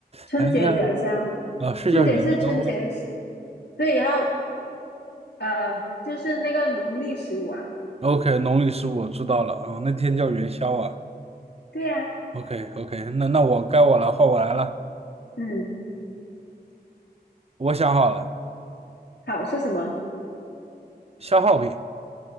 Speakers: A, on the left; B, on the right.
A: 春节元宵，
B: 哎呀，啊，是叫元宵啊
A: 春节是春节。对，然后呃，就是那个农历十五啊，
B: ？OK，农历十五我知道了啊，那天叫元宵啊。
A: 对呀、
B: OK OK，那那我该我了，换我来了。
A: 嗯，
B: 我想好了，
A: 好是什么？
B: 消耗品，